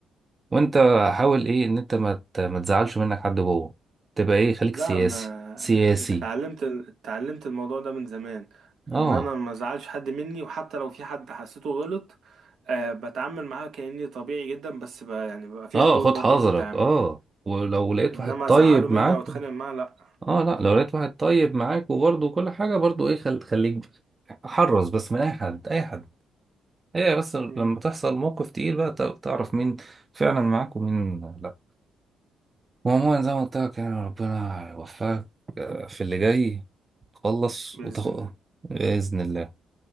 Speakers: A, on the right; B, on the right.
A: وانت حاول ايه ان انت ما ت- ما تزعلش منك حد جوه تبقى ايه خليك
B: لا
A: سياسي
B: انا
A: سياسي
B: اتعلمت اتعلمت الموضوع ده من زمان
A: اه
B: ان انا ما ازعلش حد مني وحتى لو في حد حسيته غلط أه بتعامل معاه كأني طبيعي جدا بس بقى يعني بقى في
A: اه
B: حدود
A: خد
B: برضه
A: حذرك
B: في التعامل
A: اه ولو لقيت
B: انما
A: واحد طيب
B: ازعله مني
A: معاك
B: او اتخانق معاه لا
A: اه لا لو لقيت واحد طيب معاك وبرضه كل حاجة برضه ايه خل... خليك حرص بس من اي حد اي حد هي بس لما
B: مم.
A: تحصل موقف تقيل بقى ت- تعرف مين فعلا معاك ومين لا وعموما زي ما قلت لك يعني ربنا يوفقك في اللي جاي خلص
B: بإذن
A: وتاخد
B: الله
A: بإذن الله